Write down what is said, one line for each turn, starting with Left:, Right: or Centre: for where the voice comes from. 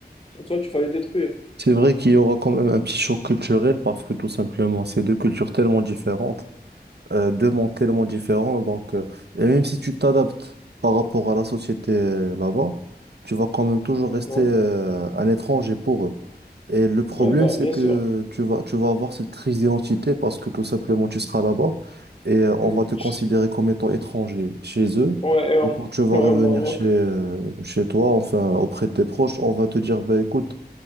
Left: Comme ça, tu vas les détruire.
Right: C'est vrai qu'il y aura quand même un petit choc culturel parce que tout simplement, c'est deux cultures tellement différentes, euh, deux mondes tellement différents. Donc, euh, et même si tu t'adaptes par rapport à la société euh, là-bas, tu vas quand même toujours rester
Left: Ouais,
Right: euh, un étranger pour eux. Et le problème,
Left: ouais bah,
Right: c'est
Left: bien
Right: que
Left: sûr.
Right: tu vas, tu vas avoir cette crise d'identité parce que tout simplement, tu seras là-bas et euh, on
Left: Mm.
Right: va te considérer
Left: Tu
Right: comme étant étranger chez eux.
Left: Ouais, et au,
Right: Et quand tu
Left: <laughs>
Right: vas
Left: ouais,
Right: revenir
Left: au Maroc.
Right: chez, euh, chez toi, enfin, auprès de tes proches, on va te dire, bah, écoute,